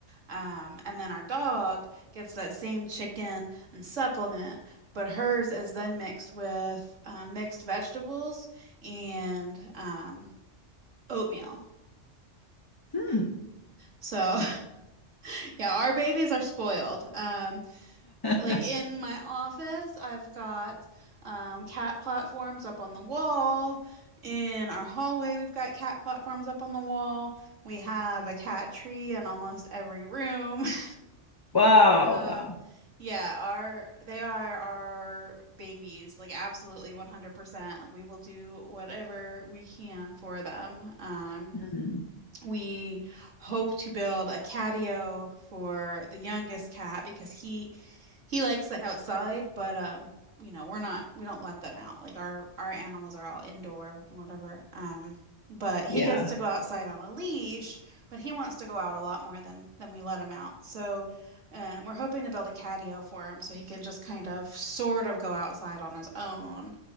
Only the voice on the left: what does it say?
Hmm.
<laughs>
Wow,
wow.
Hmm.
Yeah.